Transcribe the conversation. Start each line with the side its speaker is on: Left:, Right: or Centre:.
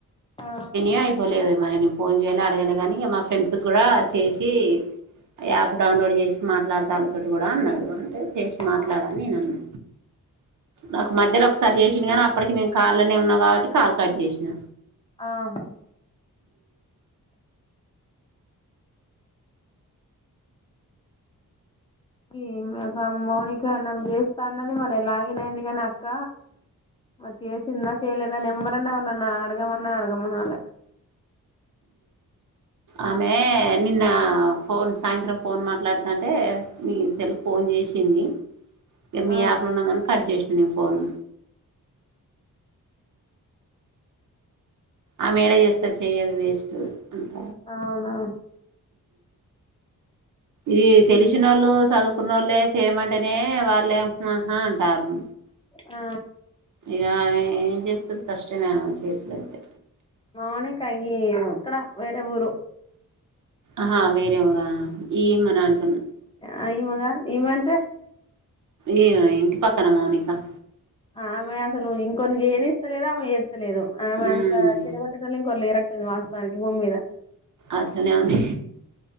Left: ఆ
Right: అ అయిపోలేదు మరి నేను ఫోన్ చేయాలి అడగాలే కాగా మా ఫ్రెండ్స్ కూడా చేసి యాప్ డౌన్లోడ్ చేసి మాట్లాడుత వాళ్ళతోటి కూడా అన్నాడు చేసి
Left: ఆ
Right: మాట్లాడను నేను అన్నా నాకు మధ్యలో ఒకసారి చేసిండు గానీ అప్పటికి నేను కాల్ నే ఉన్నా కాబట్టి కాల్ కట్ చేసినా
Left: ఆహు ఈ మా మా మౌనిక మోన్న చేస్తా అన్నది మన లాగిన్ అయింది కాని అక్క మరి చేసిందా చేయలేదా నెంబర్ న్న ఎవన్నా అడగమన్నా అడగమను అన్నది
Right: ఆమె నిన్న ఫోన్ సాయంత్రం ఫోన్ మాట్లాడుతంటే నీ సెల్ ఫోన్కు చేసింది మీ
Left: ఆ
Right: యాప్ లో ఉన్నాగా కట్ చేసింది అ ఫోను ఆమే ఏడ చేస్తాది చెయ్యదు వేస్ట్ అంత
Left: అవునా
Right: ఇది తెలిసిన వోళ్ళు చదువుకున్న వోళ్ళే చేయమంటేనే వాళ్లేం హ హా అంటారు
Left: ఆ
Right: ఇక ఏం చేస్తది కష్టమే ఆమె చేసుడు అయితే
Left: <unintelligible> అక్కడ వేరే ఊరు
Right: ఆహా వేరేవరా ఈమే ను అని అంటున్న
Left: ఆ ఈమే కాదు ఈమే ఈమె అంటే
Right: ఈమే ఇంటి పక్కన మౌనిక
Left: ఆ ఆమె అసలు ఇంకొరీ చేయ ఇస్తలేదా ఆమె చెత్త లేదు ఆమె
Right: ఉమ్
Left: అంత చెడ కొట్టం ఇంకొరలే ఇ వాస్తవానికి భూమి మీద
Right: అట్లనే ఉంది